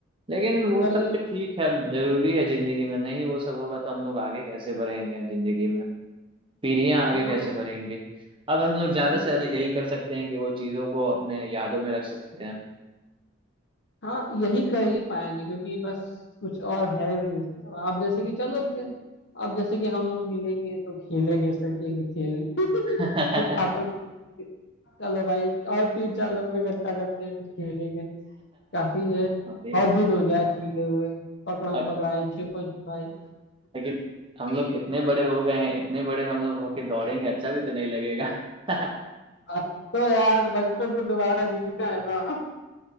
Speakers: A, on the right; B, on the left.
A: लेकिन वो
B: कल
A: सब
B: ही
A: भी ठीक है जरूरी है जिंदगी में नहीं वो सब होगा तो हम लोग आगे कैसे बढ़ेंगे जिंदगी में पीढ़ियां आगे
B: हाँ
A: कैसे बढ़ेंगी अब हम लोग ज्यादा
B: उनसे-
A: से ज्यादा यही कर सकते हैं कि वो चीजों को अपने यादों में रख सकते हैं
B: हाँ यही कर ही पाएंगे क्योंकि बस कुछ और है भी नहीं अब जैसे कि चलो फिर अब जैसे कि हम लोग मिलेंगे तो खेलेंगे इस तरीके के खेल
A: <laughs>
B: <laughs> आपस में चलो भाई और तीन चार लोग इकट्ठा करते हैं फिर खेलेंगे काफी जो है
A: अरे,
B: बहुत दिन हो गया खेले हुए पकड़म
A: और-
B: पकड़ाई छुपन छुपाई
A: लेकिन हम लोग इतने बड़े हो गए हैं इतने बड़े हम लोग होके दौड़ेंगे अच्छा भी तो नहीं लगेगा <laughs>
B: अब तो यार बचपन तो दोबारा जीना है ना